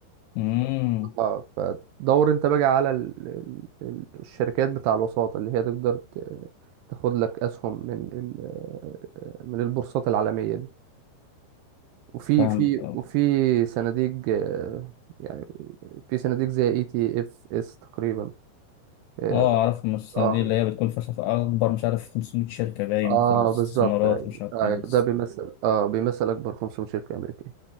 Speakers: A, on the left; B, on the right.
A: امم
B: اه فدور انت بقى على ال- ال- ال- الشركات بتاع الوساطة اللي هي تقدر ت- تاخد لك اسهم من ال- من البورصات العالمية دي وفي
A: فاهمك
B: في
A: اه
B: وفي صناديق آه، يعني في صناديق زي اي تي اف اس تقريبا اه
A: آه، اعرف المؤسسة
B: اه
A: دي اللي هي بتكون فشخ اكبر مش عارف 500 شركة باين
B: آه،
A: في الاستثمارات
B: بالظبط ايوه
A: مش عارف
B: أيوة.
A: ايه
B: ده بيمثل اه بيمثل اكبر 500 شركة امريكية